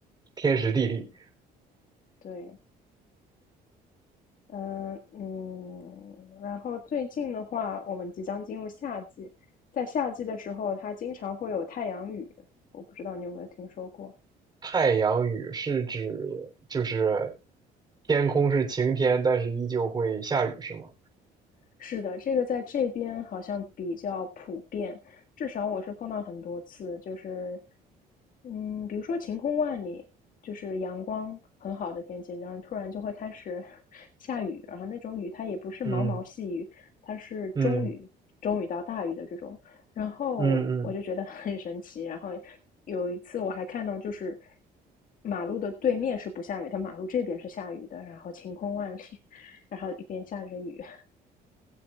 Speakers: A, on the right; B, on the left.
A: 天时地利。
B: 对。嗯嗯，然后最近的话，我们即将进入夏季，在夏季的时候，它经常会有太阳雨，我不知道你有没有听说过。
A: 太阳雨是指就是天空是晴天，但是依旧会下雨，是吗？
B: 是的，这个在这边好像比较普遍，至少我是碰到很多次，就是嗯，比如说晴空万里，就是阳光很好的天气，然后突然就会开始 <laughs> 下雨，然后那种雨它也不是毛毛细雨，
A: 嗯
B: 它是中雨，
A: 嗯
B: 中雨到大雨的这种，然后我就觉得
A: 嗯嗯。
B: <laughs> 很神奇。然后有一次我还看到，就是马路的对面是不下雨，它马路这边是下雨的，然后晴空万里，<laughs> 然后一边下着雨，